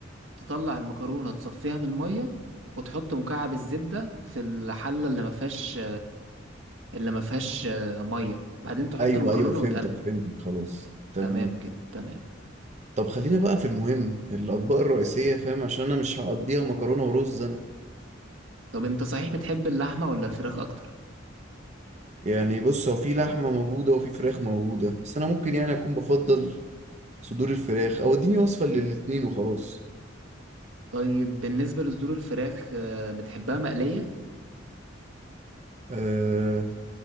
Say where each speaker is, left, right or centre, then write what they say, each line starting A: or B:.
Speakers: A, on the right (about 80°); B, on the right (about 35°).
A: تطلع المكرونة تصفيها من المية وتحط مكعب الزبدة في الحلة اللي ما فيهاش اللي ما فيهاش آه، ميه بعدين تحط
B: ايوه
A: المكرونه
B: ايوه فهمتك
A: وتقلب
B: فهمتك خلاص تمام
A: تمام كده تمام
B: طب خلينا بقى في المهم الأطباق الرئيسية فاهم عشان أنا مش هقضيها مكرونة ورز أنا
A: طب انت صحيح بتحب اللحمه ولا الفراخ اكتر
B: يعني بص هو في لحمة موجودة وفي فراخ موجودة بس أنا ممكن يعني أكون بفضل صدور الفراخ أو إديني وصفة للاتنين وخلاص
A: طيب بالنسبه لصدور الفراخ آه، بتحبها مقليه
B: أه